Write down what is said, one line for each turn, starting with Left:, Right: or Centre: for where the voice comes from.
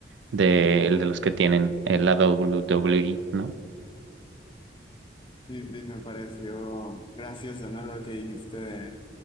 Right: de, de los que tienen eh, la WWE, ¿no?
Left: Sí, sí, me pareció gracioso, ¿no? Lo que dijiste de,